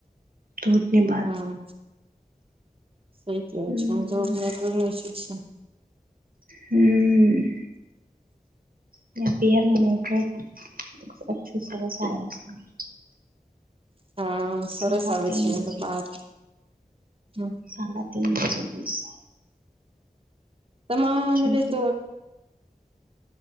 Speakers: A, on the right (about 70°); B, on the right (about 40°).
A: ધન્યવાદ
B: હા સઈ કેવું
A: હમ
B: છે જવાઈ
A: હમ્મ. <unintelligible>
B: હા સરસ
A: સાડા
B: આવે
A: તીન
B: છે એમ
A: બજે
B: તો બાર હમ્મ.
A: <unintelligible>
B: તમારે.
A: છોકરી
B: <unintelligible>